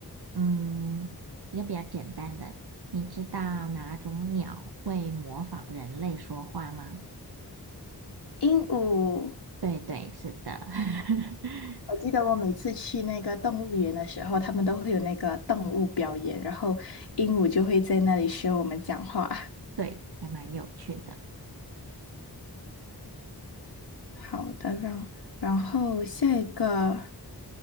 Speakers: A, on the right (about 70°); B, on the left (about 80°).
A: 嗯，一个比较简单的，你知道哪种鸟会模仿人类说话吗？
B: 鹦鹉，
A: 对对，是的，<laughs>
B: 我记得我每次去那个动物园的时候，他们都会有那个动物表演，然后鹦鹉就会在那里学我们讲话。
A: 对，还蛮有趣的。
B: 好的，让然后下一个，